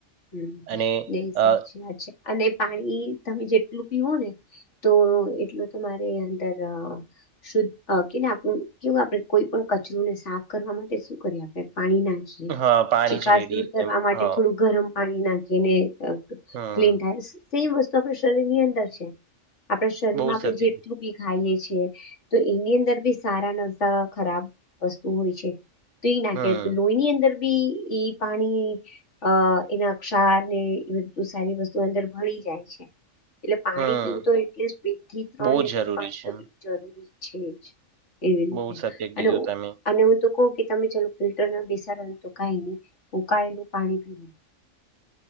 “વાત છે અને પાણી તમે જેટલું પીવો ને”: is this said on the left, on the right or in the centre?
Left